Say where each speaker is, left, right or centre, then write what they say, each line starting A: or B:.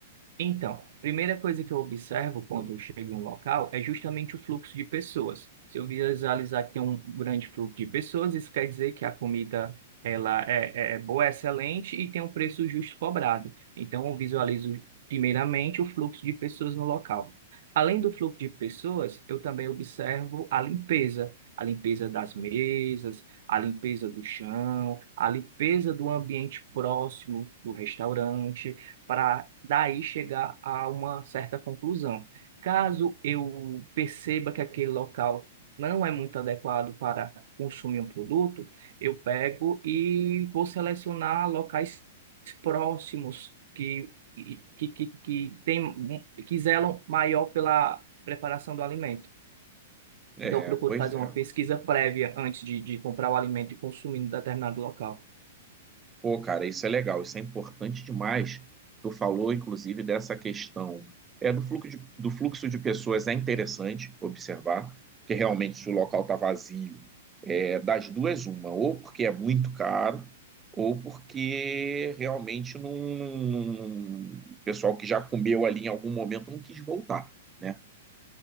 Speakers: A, on the right; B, on the right.
A: Então, primeira coisa que eu observo quando eu chego em um local é justamente o fluxo de pessoas. Se eu visualizar que tem um grande fluxo de pessoas, isso quer dizer que a comida ela é, é é boa, é excelente e tem um preço justo cobrado. Então, eu visualizo primeiramente o fluxo de pessoas no local. Além do fluxo de pessoas, eu também observo a limpeza. A limpeza das mesas, a limpeza do chão, a limpeza do ambiente próximo do restaurante para daí chegar a uma certa conclusão. Caso eu perceba que aquele local não é muito adequado para consumir um produto, eu pego e vou selecionar locais próximos que que, que, que, tem, que zelam maior pela preparação do alimento.
B: É,
A: Então, eu procuro
B: pois
A: fazer
B: é.
A: uma pesquisa prévia antes de, de comprar o alimento e consumir em determinado local.
B: Pô, cara, isso é legal, isso é importante demais. Tu falou, inclusive, dessa questão é, do fluxo de, do fluxo de pessoas, é interessante observar, porque realmente se o local está vazio, é, das duas, uma, ou porque é muito caro, ou porque realmente não, não- não- o pessoal que já comeu ali em algum momento não quis voltar, né?